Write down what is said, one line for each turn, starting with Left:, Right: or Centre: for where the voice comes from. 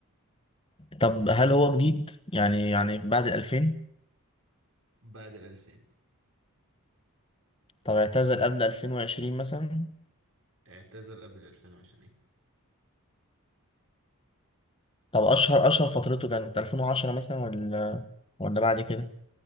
Left: طب هل هو جديد يعني يعني بعد الألفين
Right: بعد ال 2000
Left: طب اعتزل قبل 2020 مثلا
Right: اعتزل قبل 2020
Left: طب أشهر أشهر فترته كانت 2010 مثلا ولا ولا بعد كده